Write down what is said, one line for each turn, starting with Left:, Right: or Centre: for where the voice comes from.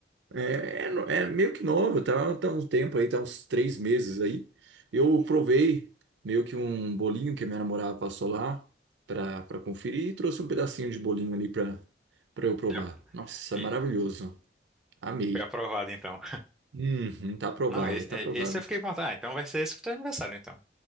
Right: É, é, no- é meio que novo, tá, tá um tempo aí, tá uns três meses aí. Eu provei meio que um bolinho que minha namorada passou lá pra, pra conferir e trouxe um pedacinho de bolinho ali pra, pra eu provar.
Centre: Já-
Right: Nossa,
Centre: e
Right: maravilhoso. Amei.
Centre: foi aprovado, então.
Right: Uhum, tá aprovado,
Centre: Não, esse,
Right: tá
Centre: é-
Right: aprovado.
Centre: esse eu fiquei com vontade. Ah, então vai ser esse pro teu aniversário, então.